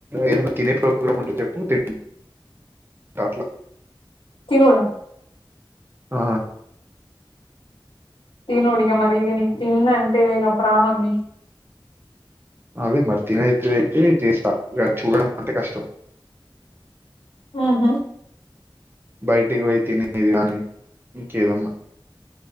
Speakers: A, on the right; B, on the left.
A: ఏదన్నా తినే ప్రోగ్రాం ఉంటే చెప్ప తి కాలా
B: తినుడా
A: ఆ
B: తినుడిగా మరీ ఇగ నీక్ తిండి అంటే ఇగ ప్రాణం నీక్.
A: అదే మరి. తినేటిదయితే చేస్తా ఇగా చూడడం అంటే కష్ టం.
B: ఊ హు.
A: బయటిగ్ పోయి తిని. బిర్యానీ ఇంకేదన్నా.